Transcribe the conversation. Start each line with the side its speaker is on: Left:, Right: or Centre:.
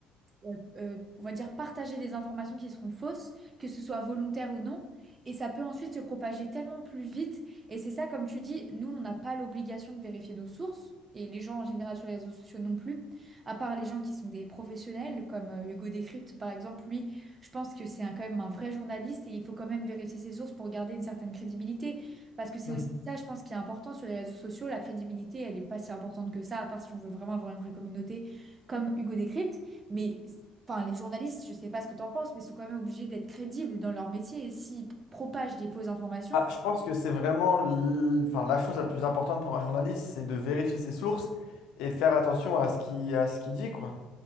Right: euh, euh, on va dire, partager des informations qui seront fausses, que ce soit volontaire ou non. Et ça peut ensuite se propager tellement plus vite. Et c'est ça, comme tu dis, nous, on n'a pas l'obligation de vérifier nos sources. Et les gens en général sur les réseaux sociaux non plus, à part les gens qui sont des professionnels, comme euh, Hugo Décrypte par exemple, lui, je pense que c'est un- quand même un vrai journaliste et il faut quand même vérifier ses sources pour garder une certaine crédibilité. Parce que c'est
Left: Mhm.
Right: aussi ça, je pense, qui est important sur les réseaux sociaux. La crédibilité, elle n'est pas si importante que ça, à part si on veut vraiment avoir une vraie communauté comme Hugo Décrypte. Mais enfin, les journalistes, je sais pas ce que tu en penses, mais sont quand même obligés d'être crédibles dans leur métier. Et s'ils propagent des fausses informations,
Left: Ah, je pense que c'est vraiment l- enfin, la chose la plus importante pour un journaliste, c'est de vérifier ses sources et faire attention à ce qui, à ce qu'il dit, quoi.